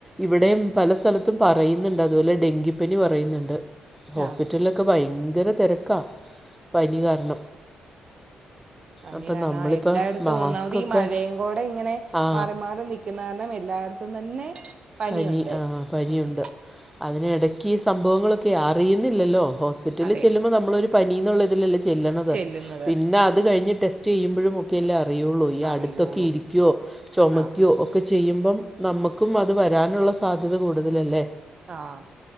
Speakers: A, in the centre; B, on the right.
A: ഇവിടെം പല സ്ഥലത്തും പറയുന്നുണ്ട് അതുപോലെ ഡെങ്കിപ്പനി പറയുന്നുണ്ട് ഹോസ്പിറ്റലലിലൊക്കെ
B: ആ
A: ഭയങ്കര തെരക്കാ പനി കാരണം
B: പനികാരണം
A: അപ്പം നമ്മളിപ്പം
B: ആഹ് എല്ലായിടത്തും
A: മാസ്ക്കൊക്കെ
B: ഒന്നാമത് ഈ മഴെ കൂടെ ഇങ്ങനെ
A: ആ
B: മാറി മാറി നിക് ക്കുന്ന കാരണം എല്ലായിടത്തും തന്നെ പനിയുണ്ട്
A: പനി ആഹ് പനിയുണ്ട്
B: ഉം,
A: അതിന് ഇടക്ക് ഈ സംഭവങ്ങളൊക്കെ അറിയുന്നില്ലല്ലോ ഹോസ്പിറ്റലിൽ
B: അതെ
A: ചെല്ലുമ്പോ നമ്മളൊരു പനിന്നുള്ള ഇതിലല്ലേ ചെല്ലണത്
B: ചെല്ലുന്നത്
A: പിന്നെ അത് കഴിഞ്ഞ് ടെസ്റ്റ് ചെയ്യുമ്പോഴും ഒക് ക്കെല്ലേ അറിയുള്ളൂ ഈ
B: അറിയുള്ളൂ
A: അടുത്തൊക്കെ ഇരിയ്ക്കോ ചൊമയ്ക്കോ
B: ആ
A: ഒക്കെ ചെയ്യുമ്പം നമുക്കും വന് ത് വരാനുള്ള സാധ്യത കൂടുതലല്ലേ
B: ആഹ്